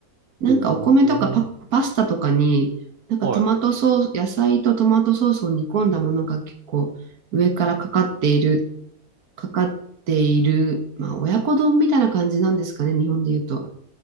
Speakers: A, on the right (about 75°); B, on the right (about 55°).
A: なんか、
B: おー、
A: お米とかパ、パスタとかに、なんかトマトソース、
B: はい、
A: 野菜とトマトソースを煮込んだものが結構上からかかっている、かかっている、まあ、親子丼みたいな感じなんですかね、日本で言うと。